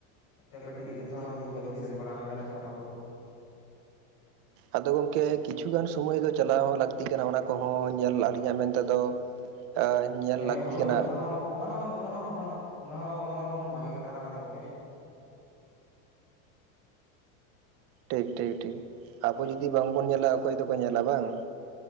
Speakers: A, on the left (about 35°); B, on the right (about 30°).
A: ᱮ ᱠᱟᱹᱴᱤᱡ <inaudible> ᱡᱤᱫ ᱫᱷᱟᱣ ᱵᱟᱹᱞᱤᱧ ᱥᱮᱱ ᱵᱟᱲᱟ ᱠᱟᱱᱟ ᱢᱮᱞᱟ ᱪᱷᱟᱛᱟ ᱠᱚᱫᱚ
B: ᱟᱫᱚ ᱜᱚᱢᱠᱮ ᱠᱤᱪᱷᱩᱜᱟᱱ ᱥᱚᱢᱚᱭ ᱫᱚ ᱪᱟᱞᱟᱣ ᱦᱚᱸ ᱞᱟᱹᱠᱛᱤ ᱠᱟᱱᱟ ᱚᱱᱟ ᱠᱚᱦᱚᱸ ᱧᱮᱞ ᱟᱰᱤ ᱜᱟᱱ ᱢᱮᱱᱛᱮᱫ ᱫᱚ ᱮ ᱧᱮᱞ
A: ᱦᱮᱸ
B: ᱞᱟᱹᱠᱛᱤ
A: ᱦᱳᱭ
B: ᱠᱟᱱᱟ
A: ᱚᱱᱟ ᱦᱚᱸ ᱚᱱᱟ ᱦᱚᱸ ᱚᱱᱟ ᱦᱚᱸ ᱚᱱᱟᱦ ᱚᱱᱟ ᱦᱚᱸ ᱚᱱᱟ ᱵᱷᱟᱜᱤ ᱠᱟᱛᱷᱟ ᱠᱟᱱᱟ ᱜᱚᱝᱠᱮ
B: ᱴᱷᱤᱠ ᱴᱷᱤᱠ ᱴᱷᱤᱠ ᱟᱵᱚ ᱡᱩᱫᱤ ᱵᱟᱝ ᱵᱚᱱ ᱧᱮᱞᱟ ᱚᱠᱚᱭ ᱫᱚᱠᱚ ᱧᱮᱞᱟ ᱵᱟᱝ